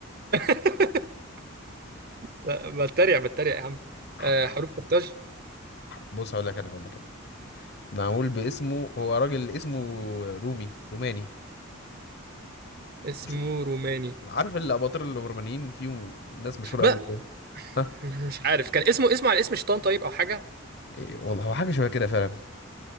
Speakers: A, on the right (about 45°); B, on the left (about 50°).
A: <laughs> لا بتريق بتريق يا عم
B: <laughs>
A: آه حروب قرطاج
B: بص هقول لك أنا هقول لك أنا معمول باسمه هو راجل اسمه رومي روماني
A: اسمه
B: مش
A: روماني
B: عارف الاباطرة الرومانيين فيهم ناس مشهورة
A: بقى
B: قوي كده ها
A: مش عارف كان اسمه اسمه على اسم شيطان طيب او حاجه
B: إيه والله هو حاجة شبه كده فعلا